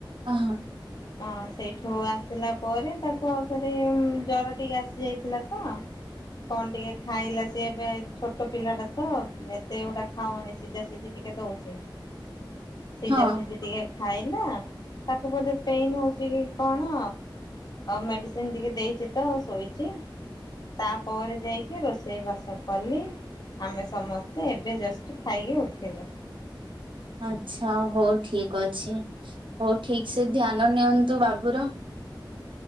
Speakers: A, on the right; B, on the left.
A: ଅ ହ ।
B: ହଁ ସେଇଠୁ ଆସିଲା ପରେ ତାକୁ ଆଉ ଥରେ ଜର ଟିକେ ଆସିଯାଇଥିଲା ତ କଣ ଟିକେ ଖାଇଲା ସିଏ ଏବେ ଛୋଟ ପିଲାଟା ତ ଏତେ ଗୋଟା ଖାଉନି ସିଝା ସିଝି ଟିକେ ଦଉଚି । ସିଝା
A: ହଁ
B: ସିଝା ଟିକେ । ଖାଇଲା । ତାକୁ ବୋଧେ ପେନ୍ ହଉଛି କି କଣ ମେଡ଼ିସିନ ଟିକେ ଦେଇଛି ତ ଶୋଇଛି ତାପରେ ଯାଇକି ରୋଷେଇ ବାସ କଲି ଆମେ ସମସ୍ତେ ଏବେ ଜଷ୍ଟ ଖାଇକି ଉଠିଲୁ ।
A: ଆଛା ହଉ ଠିକ ଅଛି । ହଉ ଠିକ ସେ ଧ୍ୟାନ ନିଅନ ନ୍ତୁ ବାବୁ ର ।